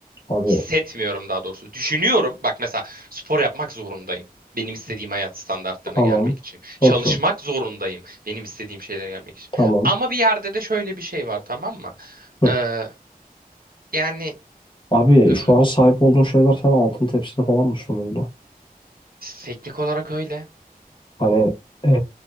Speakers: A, on the left; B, on the right.
A: Abi
B: Hissetmiyorum daha doğrusu. Düşünüyorum. Bak mesela spor yapmak zorundayım. Benim istediğim hayat standartlarına
A: tamam.
B: gelmek için.
A: Okey.
B: Çalışmak zorundayım. Benim istediğim şeylere gelmek için.
A: Tamam.
B: Ama bir yerde de şöyle bir şey var tamam mı?
A: Hı.
B: Ee, yani
A: Abi
B: e,
A: şu an sahip olduğun şeyler sana altın tepside falan mı sunuldu?
B: teknik olarak öyle.
A: Hani eee,